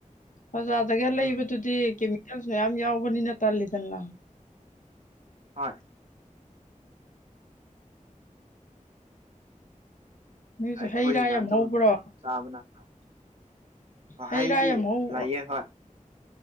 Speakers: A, on the left; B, on the right.
A: ꯑꯣꯖꯥꯗꯒ ꯂꯩꯕꯗꯨꯗꯤ
B: ꯎꯝ
A: ꯀꯦꯃꯤꯀꯦꯜꯁ ꯃꯌꯥꯝ ꯌꯥꯎꯕꯅꯤꯅ ꯇꯜꯂꯤꯗꯅ
B: ꯍꯣꯏ
A: ꯅꯣꯏꯁꯨ
B: ꯑꯩꯈꯣꯏꯅ
A: ꯍꯩ ꯔꯥ ꯌꯥꯝ
B: ꯑꯗꯨꯝ
A: ꯍꯧꯕ꯭ꯔꯣ
B: ꯆꯥꯕꯅ ꯍꯜꯂꯤ
A: ꯍꯩ
B: ꯍꯩꯗꯤ
A: ꯔꯥ ꯌꯥꯝ ꯍꯧ
B: ꯂꯩꯌꯦ ꯍꯣꯏ